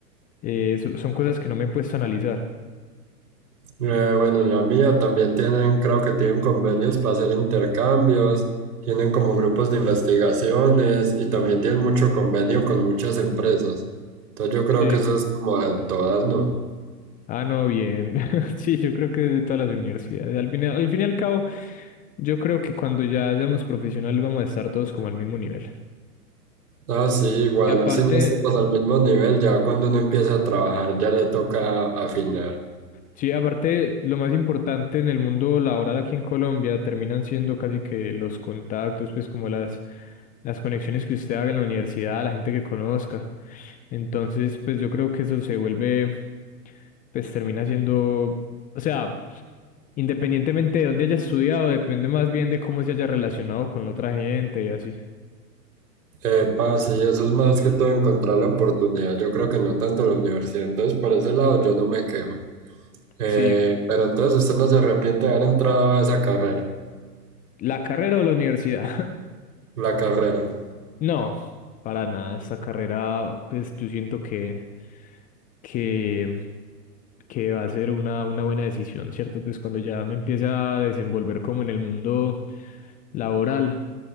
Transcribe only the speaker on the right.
Eh, bueno, en la mía también tienen, creo que tienen convenios para hacer intercambios, tienen como grupos de investigaciones y también tienen mucho convenio con muchas empresas. Entonces yo creo
que eso es como de todas, ¿no?
Ah, sí, igual
si no estamos al mismo nivel, ya cuando uno empieza a trabajar ya le toca afinar.
Epa, sí, eso es más que todo encontrar la oportunidad. Yo creo que no tanto la universidad, entonces por ese lado yo no me quejo. Eh,
pero entonces usted no se arrepiente de haber entrado a esa carrera,
la carrera.